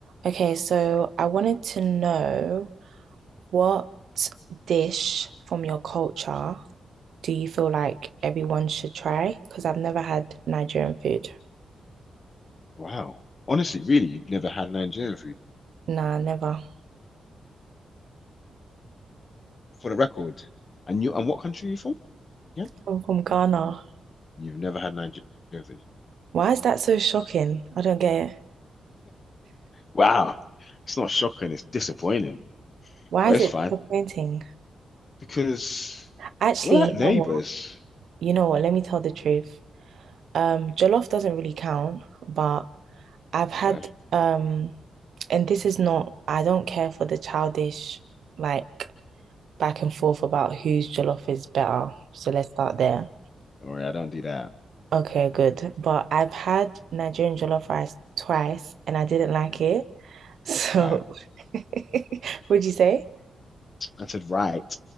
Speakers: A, on the right (about 70°); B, on the left (about 35°).
A: Okay, so I wanted to know what dish from your culture do you feel like everyone should try? Because I've never had Nigerian food.
B: Wow. Honestly, really, you've never had Nigerian food
A: Nah, never.
B: for the record. And you and what country are you from? Yeah.
A: I'm from Ghana.
B: You've never had Nigerian food.
A: Why is that so shocking? I don't get it.
B: Wow. It's not shocking, it's disappointing.
A: Why
B: But
A: is
B: it's
A: it
B: fine.
A: disappointing?
B: Because
A: Actually,
B: we're like
A: you
B: neighbors.
A: know what? You know what? Let me tell the truth. Um, jollof doesn't really count, but I've had
B: Okay.
A: um, and this is not, I don't care for the childish like back and forth about whose jollof is better. So let's start there.
B: Don't worry, I don't do that.
A: Okay, good. But I've had Nigerian jollof rice twice and I didn't like it. So
B: Right.
A: <laughs> would you say?
B: I said right.